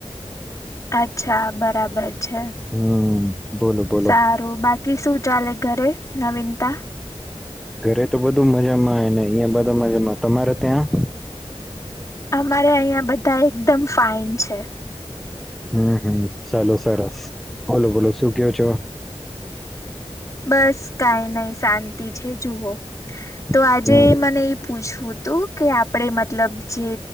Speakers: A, on the left; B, in the centre.
A: અચ્છા બરાબર છે
B: હમ બોલો બોલો
A: સારું બાકી શું ચાલે ઘરે નવીનતા
B: ઘરે તો બધું મજામાંય ને અહં બધા મજામાં તમારે ત્યાં
A: અમારે અહિયાં બધ ધા એકદમ ફાઇન છે.
B: હમ હમ ચાલો સરસ બોલો બોલો શું કેયો છો.
A: બસ કઈ નઈ શાંતિ છે જુઓ તો
B: હમ
A: આજે મને એ પૂછવું તું કે આપડે મતલબ જે